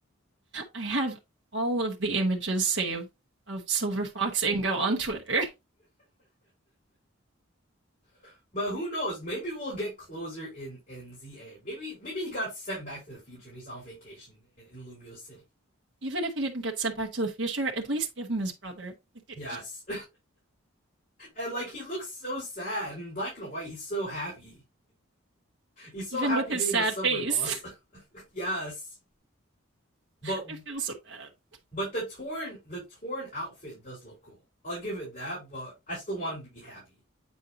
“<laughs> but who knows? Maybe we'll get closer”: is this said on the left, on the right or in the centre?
Left